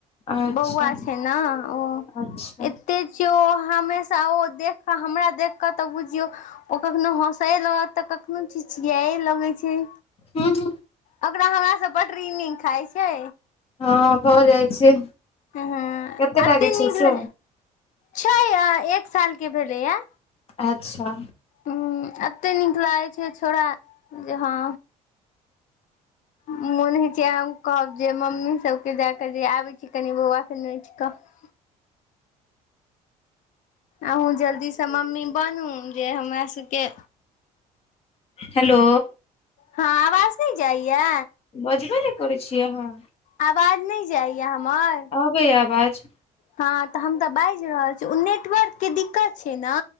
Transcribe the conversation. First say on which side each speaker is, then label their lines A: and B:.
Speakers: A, on the left; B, on the left.
A: अच्छा
B: बौआ छै ने ओ
A: अच्छा
B: ओतेक छियौ हमेशा ओ देखि कऽ हमरा देखि कऽ तऽ बुझियौ ओ कखनो हँसे रहत तऽ कखनो ची छिया लगे छै
A: हू ह
B: ओकरा हमरा स बडड रिनिंग खाइ छै
A: हँ भऽ जाइ छै
B: ह
A: कते
B: एते
A: टा के
B: नीक
A: छै से
B: ल छै एक सालके भेलैया
A: अच्छा
B: हूं एते नीक लागै छै छौड़ा जे हँ मोन होइ छै हम कहब जे मम्मी सबके जा कऽ जे आबै छी कनि बौआ के नोच कऽ अहूँ जल्दी सँ मम्मी बनू जे हमरा सभके
A: हेलो
B: हँ आवाज नहि जाइया
A: बजबे ने करै छिय अहाँ
B: आवाज नहि जाइया हमर
A: आबै या आवाज
B: हँ तऽ हम तऽ बाजि रहल छी ओ नेटवर्क के दिक्कत छै ने